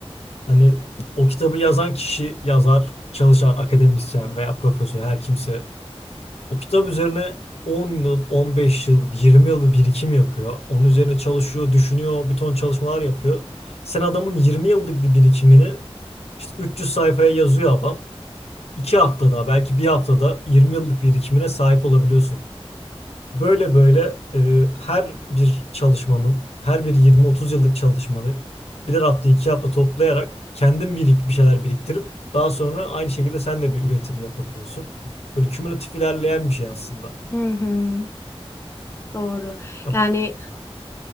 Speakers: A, on the left (about 75°); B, on the left (about 25°).
A: Hani o kitabı yazan kişi, yazar, çalışan akademisyen veya profesör her kimse O kitap üzerine 10 yıl, 15 yıl, 20 yıl bir birikim yapıyor. Onun üzerine çalışıyor, düşünüyor, bir ton çalışmalar yapıyor. Sen adamın 20 yıllık bir birikimini işte 300 sayfaya yazıyor adam. 2 haftada, belki bir haftada 20 yıllık birikimine sahip olabiliyorsun. Böyle böyle e, her bir çalışmanın, her bir 20-30 yıllık çalışmanı birer hafta, iki hafta toplayarak kendin birik, bir şeyler biriktirip daha sonra aynı şekilde sen de bir üretim yapabiliyorsun. Böyle kümülatif ilerleyen bir şey aslında.
B: Hı hı, doğru.
A: Ya
B: Yani